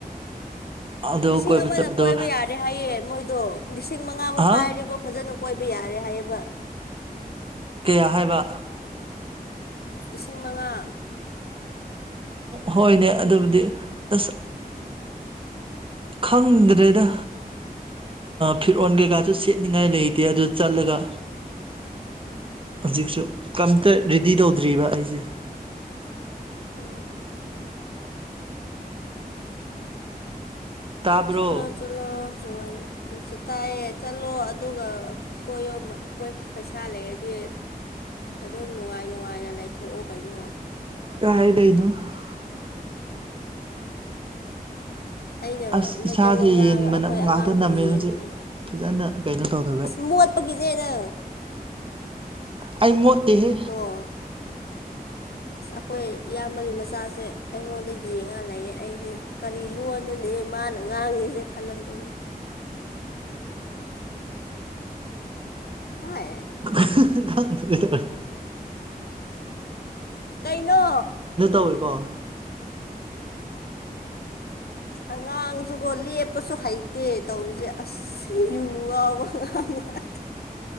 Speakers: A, on the right (about 35°); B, on the left (about 80°).
A: ꯑꯗꯣ
B: ꯂꯤꯁꯤꯡ
A: ꯀꯣꯏꯕ
B: ꯑꯃꯅ
A: ꯆꯠꯄꯗꯣ
B: ꯀꯣꯏꯕ ꯌꯥꯔꯗꯤ ꯍꯥꯏꯌꯦ ꯃꯣꯏꯗꯣ ꯂꯤꯁꯤꯡ ꯃꯉꯥꯃꯨꯛ
A: ꯑꯍ
B: ꯄꯥꯏꯗꯤꯕ ꯐꯖꯅ ꯀꯣꯏꯕ ꯌꯥꯔꯦ ꯍꯥꯏꯌꯦꯕꯥ
A: ꯀꯌꯥ ꯍꯥꯏꯕꯥ
B: ꯂꯤꯁꯤꯡ ꯃꯉꯥ
A: ꯍꯣꯏꯅꯦ ꯑꯗꯨꯕꯨꯗꯤ ꯑꯁ ꯈꯪꯗ꯭ꯔꯦꯗꯥ ꯐꯤꯠ ꯔꯣꯟ ꯀꯩꯀꯥꯁꯨ ꯁꯦꯠꯅꯤꯡꯉꯥꯏ ꯂꯩꯇꯦ ꯑꯗꯨꯗ ꯆꯠꯂꯒ ꯍꯧꯖꯤꯛꯁꯨ ꯀꯝꯇ <unintelligible> ꯔꯦꯗꯤ ꯇꯧꯗ꯭ꯔꯤꯕ ꯑꯩꯁꯦ
B: ꯎ
A: ꯇꯥꯕ꯭ꯔꯣ
B: ꯆꯠꯂꯣ ꯆꯠꯂꯣ ꯅꯨꯡꯉꯥꯏꯅ ꯇꯥꯏꯌꯦ <unintelligible> ꯆꯠꯂꯣ ꯑꯗꯨꯒ ꯀꯣꯌꯣ ꯀꯣꯏ ꯄꯩꯁꯥ ꯂꯩ ꯔꯗꯤ ꯑꯗꯨꯝ ꯅꯨꯡꯉꯥꯏ ꯅꯨꯡꯉꯥꯏꯅ ꯂꯩꯊꯣꯛꯑꯣ ꯀꯩꯅꯣ
A: ꯇꯥꯏ ꯀꯩꯅꯣ <unintelligible>
B: ꯑꯩꯅ
A: ꯑꯁ
B: ꯃꯩꯇꯩꯂꯣꯟ
A: ꯏꯁꯥꯁꯦ
B: ꯉꯥꯡꯉꯒ
A: ꯌꯦꯟ ꯃꯅꯝ
B: ꯑꯩꯈꯣꯏ
A: ꯉꯥꯛꯇ
B: ꯑꯉꯥꯡꯗꯨ
A: ꯅꯝꯃꯦ
B: ꯌꯦꯡꯉꯨꯅꯦ
A: ꯍꯧꯖꯤꯛ ꯐꯖꯅ ꯀꯩꯅꯣ ꯇꯧꯗꯕꯩ
B: ꯑꯁ ꯃꯣ <unintelligible> ꯑꯒꯤꯅꯦꯗ <unintelligible>
A: ꯑꯩ ꯃꯣꯠꯇꯦꯍꯦ
B: ꯑꯣ ꯑꯁ ꯑꯩꯈꯣꯏ ꯏꯌꯥꯝꯕꯒꯤ ꯃꯆꯥꯁꯦ ꯑꯩꯉꯣꯟꯗ ꯌꯦꯡꯉ ꯂꯩꯌꯦ ꯑꯩꯁꯦ ꯀꯔꯤ ꯂꯣꯟꯅꯣꯅꯦ ꯃꯥꯅ ꯉꯥꯡꯉꯤꯁꯦ ꯈꯜꯂꯝꯗꯣꯏꯅꯦ ꯍꯣꯏ <unintelligible>
A: <unintelligible>
B: ꯀꯩꯅꯣ
A: <unintelligible>
B: ꯑꯉꯥꯡꯁꯨꯀꯣ ꯂꯦꯞꯄꯁꯨ ꯍꯩꯇꯦ ꯇꯧꯔꯤꯁꯦ ꯑꯁ ꯁꯤ ꯌꯨ ꯉꯥꯎꯕ ꯑꯉꯥꯡ ꯃꯥꯜꯂꯦ